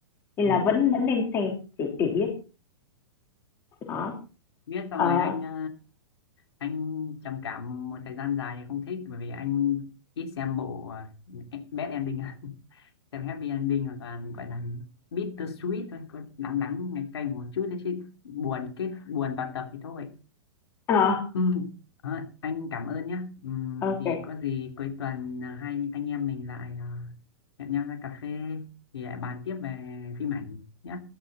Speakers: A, on the left (about 15°); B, on the left (about 70°).
A: nên
B: ừ.
A: là vẫn vẫn nên xem để để biết đó
B: biết xong
A: ờ
B: rồi anh ờ, anh trầm cảm một thời gian dài không thích bởi vì anh ít xem bộ à, bad ending <laughs> xem happy ending hoặc là gọi là bitter sweet thôi có đắng đắng ngày cay một chút thế chứ buồn kết buồn toàn tập thì thôi
A: ờ
B: ừ. à, anh cảm ơn nhé ừ,
A: ok
B: thì có gì cuối tuần à, hai anh em mình lại à, hẹn nhau ra cà phê thì lại bàn tiếp về phim ảnh nhé